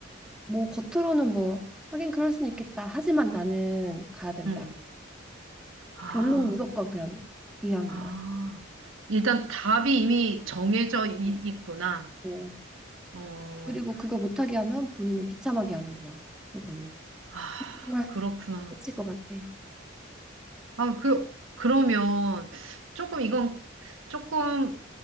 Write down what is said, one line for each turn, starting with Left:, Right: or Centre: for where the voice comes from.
Centre: 뭐 겉으로는 뭐 하긴 그럴 수는 있겠다. 하지만 나는 가야 된다.
Right: 음. 아,
Centre: 결론 무조건 그냥 이왕이야
Right: 아. 일단 답이 이미 정해져 이-
Centre: 어,
Right: 있구나.
Centre: 어.
Right: 어,
Centre: 그리고 그거 못하게 하면 본인을 비참하게 하는 거야. 그거는
Right: 아,
Centre: 정말
Right: 그렇구나.
Centre: 미칠 것 같아.
Right: 아, 그, 그러면 조금 이건 조금